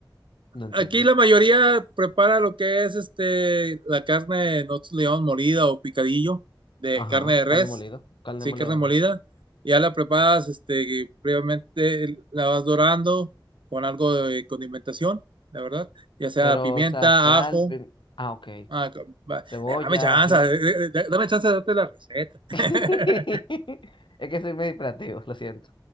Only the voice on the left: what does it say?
No entiendo.
Ajá,
carne molida, carne
molida de
res.
Pero,
o sea, sal,
pim- ah, ok.
Cebolla,
ají.
<laughs> Es que soy medio hiperactivo, lo siento.